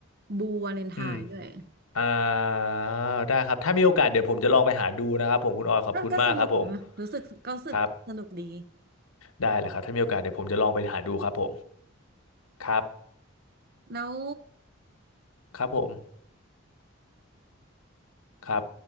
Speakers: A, on the right; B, on the left.
A: บูวาเลนไทน์ด้วย
B: อืมอ่าได้ครับ ถ้ามีโอกาสเดี๋ยวผมจะลองไปหาดูนะครับผมคุณออยขอบคุณมากครับผม
A: ก็ก็สนุกนะรู้สึกก็รู้สึกสนุกดี
B: ครับได้เลยครับถ้ามีโอกาสเดี๋ยวผมจะลองไปหาดูครับผม ครับ
A: แล้ว
B: ครับผมครับ